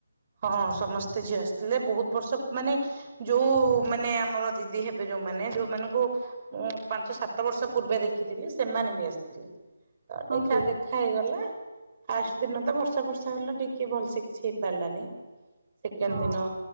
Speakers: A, on the right; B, on the right.
A: ହଁ ସମସ୍ତେ ଝିଅ ଆସିଥିଲେ ବହୁତ ବର୍ଷ ମାନେ ଯୋଉ ମାନେ ଆମର ଦିଦି ହେବେ ଯୋଉମାନେ ଯୋଉମାନଙ୍କୁ ମୁଁ ପାଞ୍ଚ ସାତ ବର୍ଷ ପୂର୍ବେ ଦେଖିଥିଲି ସେମାନେ ବି ଆସିଥିଲେ। ତ
B: ହଁ
A: ଦେଖା
B: କି?
A: ଦେଖା ହେଇଗଲା। ଫାଷ୍ଟ ଦିନ ତ ବର୍ଷା ଫର୍ଷା ହେଲା ଟିକ କେ ଭଲସେ କିଛି ହେଇପାରିଲାନି, ସେକେଣ୍ଡ
B: ହଁ
A: ଦିନ